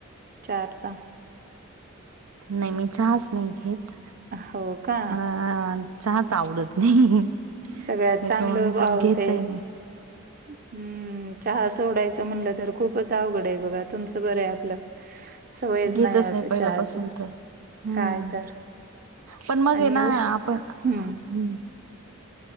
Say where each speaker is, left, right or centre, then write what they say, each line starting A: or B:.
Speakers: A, on the right (about 40°); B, on the right (about 90°).
A: चारचा?
B: नाही, मी चहाच नाही घेत
A: हो का
B: मला. चहाच आवडत नाही, त्याच्यामुळे
A: सगळ्यात चांगलं
B: मी
A: भाव
B: तर घेतही
A: ते
B: नाही.
A: हम्म, चहा सोडायचं म्हटलं तर खूपच अवघड आहे बघा. तुमचं बरं आहे आपलं. सवयच
B: घेतच
A: असं
B: नाही पहिल्यापासून
A: चहाची
B: तर, हम्म.
A: काय तर
B: पण मग
A: आणि
B: ये ना
A: उष्ण
B: आपण
A: हम्म
B: हं.